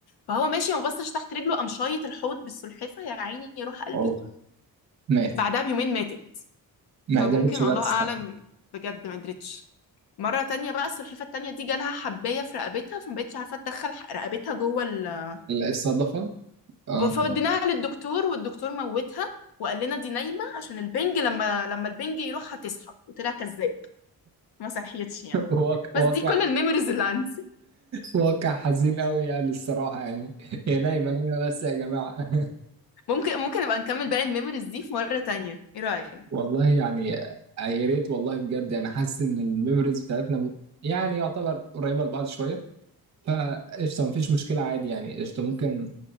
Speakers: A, on the left; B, on the right.
A: فهو ماشي ما بصش تحت رجله قام شايط الحوض بالسلحفه يا عيني يروح قلبي
B: اوه مات
A: بعدها بيومين ماتت
B: ما
A: فممكن
B: قدرتش بقى
A: الله
B: تستحمل
A: اعلم بجد ما قدرتش مره تانية بقى السلحفه التانية دي جالها حبايه في رقبتها فما بقتش عارفه تدخل ح- رقبتها جوه ال
B: الصدفة اه
A: فوديناها
B: <laughs> تمام.
A: للدكتور والدكتور موتها وقال لنا دي نايمه عشان البنج لما لما البنج يروح هتصحى وطلع كذاب ما صحيتش يعني
B: واقع
A: بس
B: واقع
A: دي كل الميموريز اللي عندي
B: واقع حزين قوي يعني الصراحة يعني هي نايمة نايمة بس يا جماعة
A: ممكن ممكن نبقى نكمل باقي الميموريز دي في مرة تانية ايه رأيك
B: <laughs> والله يعني يا ريت والله بجد يعني حاسس ان الميموريز بتاعتنا م- يعني يعتبر قريبة لبعض شوية فقشطة مفيش مشكلة عادي يعني قشطة ممكن